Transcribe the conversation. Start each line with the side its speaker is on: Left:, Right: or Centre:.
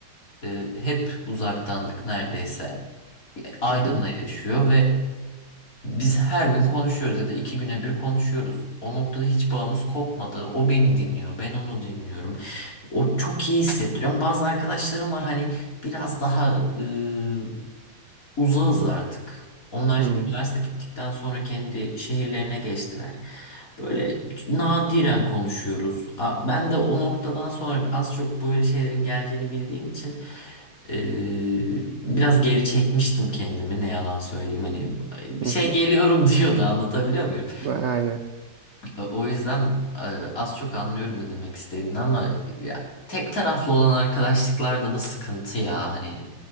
Left: e, hep uzaktandık neredeyse. E, Aydın'da
Right: Hı hı.
Left: yaşıyor ve biz her gün konuşuyoruz ya da iki güne bir konuşuyoruz. O noktada hiç bağımız kopmadı. O beni dinliyor, ben onu dinliyorum. O çok iyi hissettiriyor. Ama Bazı arkadaşlarım var hani biraz daha ıı, Uzağız artık. Onlar
Right: Hı hı.
Left: üniversite bittikten sonra kendi şehirlerine geçtiler. Böyle nadiren konuşuyoruz. A- Ben de o noktadan sonra az çok böyle şeylerin geleceğini bildiğim için eee, biraz geri çekmiştim kendimi ne yalan söyleyeyim. Hani bir
Right: hı.
Left: şey geliyorum <laughs> diyordu anlatabiliyor muyum?
Right: Aynen.
Left: E, O yüzden e, az çok anlıyorum ne demek istediğini ama ya tek taraflı olan arkadaşlıklarda da sıkıntı ya hani